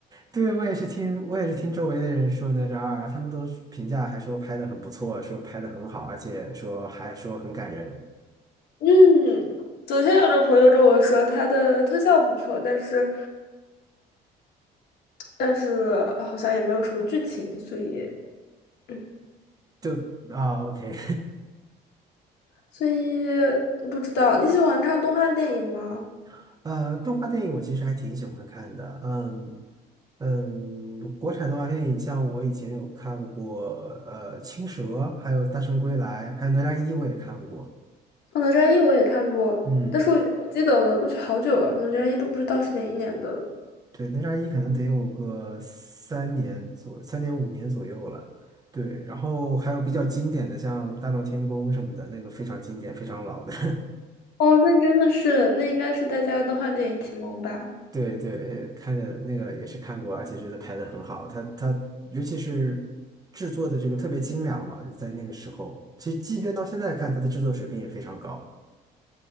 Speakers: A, on the right (about 20°); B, on the left (about 75°).
A: 对，我也是听，我也是听周围的人说哪吒二，他们都是评价还说拍的很不错，说拍的很好，而且说还说很感人，
B: 嗯，昨天有个朋友跟我说，它的特效不错，但是但是好像也没有什么剧情，所以。嗯
A: 就啊，OK，
B: 所以不知道你喜欢看动画电影吗？
A: <laughs> 呃，动画电影我其实还挺喜欢看的，嗯嗯，国产动画电影像我以前有看过，呃，《青蛇》，还有《大圣归来》，还有《哪吒一》，我也看过，
B: 哦哪吒一我也看过，
A: 嗯。
B: 但是我已经不记得了，过去好久了，哪吒一都不知道是哪一年的了
A: 对，哪吒一可能得有个三年左，三年五年左右了。对，然后还有比较经典的，像《大闹天宫》什么的，那个非常经典，非常老的。
B: 哦，那真的是，那应该是大家的动画电影启蒙吧？
A: <laughs> 对对，看着那个也是看过，而且觉得拍的很好。它它尤其是制作的这个特别精良嘛，在那个时候，其实即便到现在看，它的制作水平也非常高。